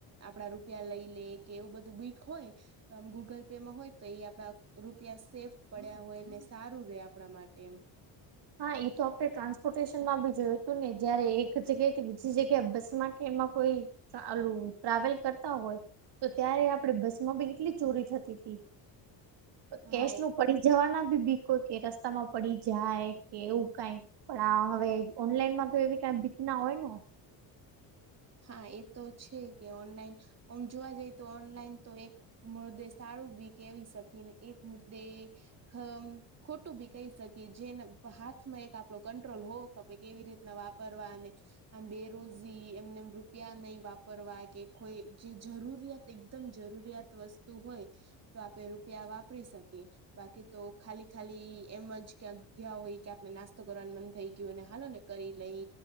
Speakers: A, on the right (about 35°); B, on the right (about 60°).
A: આપડા રૂપિયા લઈ લે કે એવું બધું બીક હોય. પણ ગુગલ પેમાં હોય. તો એ આપડા રૂપિયા સેફ પડ્યા હોયને સારું રે આપણા માટે એમ.
B: હા એ તો આપણે ટ્રાન્સપોર્ટેશનમાં બી જોયું હતું ને જયારે એક જગ્યાએથી બીજી જગ્યાએ બસમાં કે એમાં કોઈ ઓલું ટ્રાવેલ કરતાં હોય. તો ત્યારે આપડે બસમાં બી કેટલી ચોરી થતી તી.
A: હા
B: કેશનું પડી જવાના બીક હોય કે રસ્તામાં પડી જાય. એવું કાઈક પણ આ હવે ઓનલાઈનમાં તો એવી કાઈક બીક ના હોય ને.
A: હા ઈ તો છે કે ઓનલાઈન આમ જોવા જઈ તો ઓનલાઈન તો એક મૃદેહ સારું બી કેવી શકી ને એક મુદ્દે અ ખોટું બી કહી શકીએ જેને હાથમાં એક આપણો કંટ્રોલ હોવો કે ભઈ કેવી રીતનાં વાપરવા અને આમ બેરોઝી એમને એમ રૂપિયા નહીં વાપરવા કે કોઈ જે જરૂરિયાત એકદમ જરૂરિયાત વસ્તુ હોય. તો આપે રૂપિયા વાપરી શકીએ. બાકી તો ખાલી ખાલી એમ જ ક્યાં ગયા હોય કે આપને નાસ્તો કરવાનું મન થઈ ગયું હોયને હાલો ને. કરી લઈ